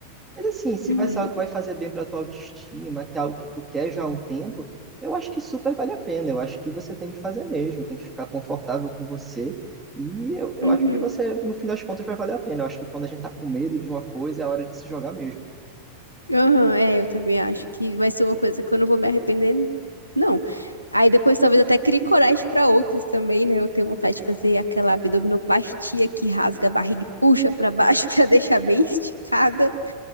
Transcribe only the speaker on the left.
uhum,
uhum.
Aham, é, eu também acho que vai ser uma coisa que eu não vou me arrepender, não. Aí depois talvez até crie coragem para outras também, né? Eu tenho vontade de fazer aquela abdominoplastia que rasga a barriga e puxa para baixo <laughs> para deixar bem esticada.